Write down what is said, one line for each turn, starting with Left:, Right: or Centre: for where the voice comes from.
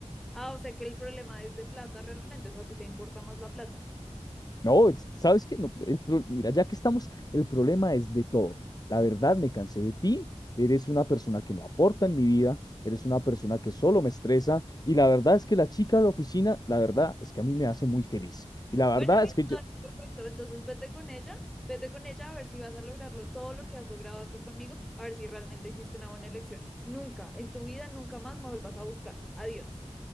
Centre: Ah, o sea que el problema es de plata realmente, o sea, a ti te importa más la plata.
Left: No, es- ¿sabes qué? No, el pro- mira, ya que estamos, el problema es de todo. La verdad, me cansé de ti. Eres una persona que no aporta en mi vida, eres una persona que solo me estresa y la verdad es que la chica de la oficina, la verdad es que a mí me hace muy feliz. Y la verdad
Centre: Bueno, listo,
Left: es que yo,
Centre: dale, perfecto. Entonces vete con ella, vete con ella a ver si vas a lograrlo todo lo que has logrado acá conmigo, a ver si realmente hiciste una buena elección. Nunca, en tu vida, nunca más me vuelvas a buscar. Adiós.